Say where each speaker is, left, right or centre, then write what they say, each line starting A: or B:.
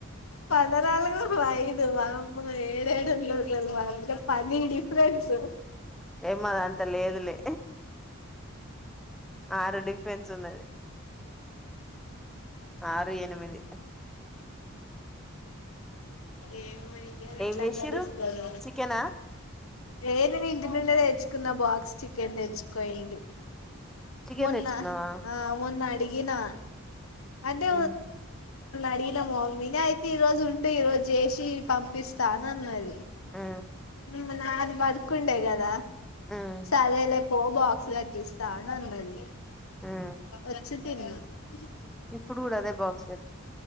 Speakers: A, on the left (about 75°); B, in the centre.
A: పదనాలుగు ఐదు వామ్మో ఏడ ఏడు రోజులు వామ్ పది డిఫరెంట్స్ స <unintelligible>
B: ఏమద అంత లేదులే ఆరు డిఫె సుమెది <unintelligible> ఆరు ఎనిమిది
A: ఏమో ఇయ్యాల ఎట్లా
B: ఏం చేసిర్రు
A: గడుస్తదొ
B: చికెనా
A: ఏ నేను ఇంటి నుండే తెచ్చుకున్నా బాక్స్ చికెన్ తెచ్చుకోడి
B: చికెన్
A: మొన్న
B: తెచ్చుకున్నావా
A: ఆ మొన్న అడి గినా అంటే
B: ఉమ్
A: అడిగిన మొన్ననే అయితే ఈ రోజు ఉంటే ఈ రోజు చేసి పంపిస్తాను అన్నది
B: ఉ
A: మొన్న అది బతుకుండే కదా
B: ఉమ్
A: సరేలే పో బా కిస్తాన అన్నది
B: ఉమ్
A: వచ్చి తిన్న ఇ <inaudible>
B: ఇప్పుడు కూడా అదే బాక్స్